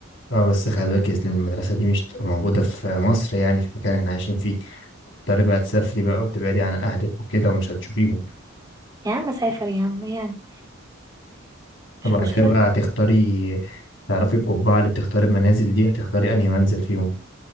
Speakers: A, on the left; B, on the right.
A: اه بس خلي بالك إن المدرسة دي مش تبقى موجودة في مصر يعني في المكان اللي احنا عايشين فيه تضطري بقى تسافري بقى وتبعدي عن أهلك وكده ومش هتشوفيهم
B: يا عم سافر يا عم يعني
A: طب
B: مش
A: على
B: مشكلة
A: كده بقى هتختاري تعرفي القبعة اللي بتختاري المنازل دي هتختاري أنهي منزل فيهم